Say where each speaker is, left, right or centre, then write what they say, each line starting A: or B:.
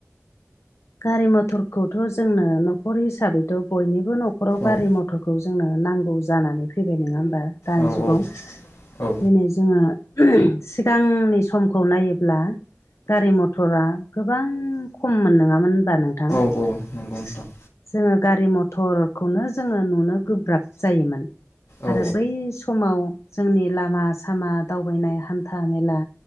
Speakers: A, on the left; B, on the left.
A: गारि मथरखौथ' जोंनो न'खर हिसाबैथ' बयनिबो न'खराव गारि
B: औ
A: मटर जोंनो नांगौ जानानै फैबाय नङा होमबा दानि
B: औ
A: जुगाव
B: औ
A: दिनै जोङो सिगांनि समखौ नायोब्ला गारि मथरा गोबां खममोन नङामोन होनबा नोंथां।
B: अ नंगौ नोंथां।
A: जोङो गारि मथरखौनो जोङो नुनो गोब्राब जायोमोन
B: औ
A: आरो बै समाव जोंनि लामा सामा दावबायनाय हान्था मेला